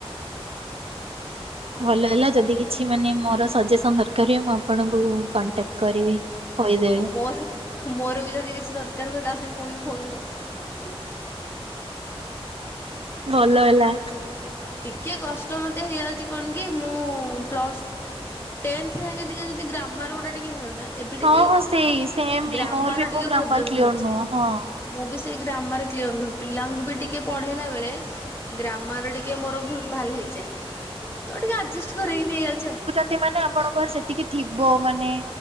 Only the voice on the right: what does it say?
ଭଲ ହେଲା ଯଦି କି କିଛି ମାନେ ମୋର ସଜେସନ୍ ଦରକାର ହୁଏ, ମୁଁ ଆପଣଙ୍କୁ କଣ୍ଟାକ୍ଟ କରିବି। କହିଦେବି
ଭଲହେଲା।
ହଁ ହଁ ସେଇ ସେମ୍
ହିଁ ମୋର ବି
ମୋ ଗ୍ରାମର
କ୍ଲିୟର
ନୁହଁ ହଁ।
ଟିକେ ମାନେ ଆପଣଙ୍କର ସେତିକି ଥିବ ମାନେ।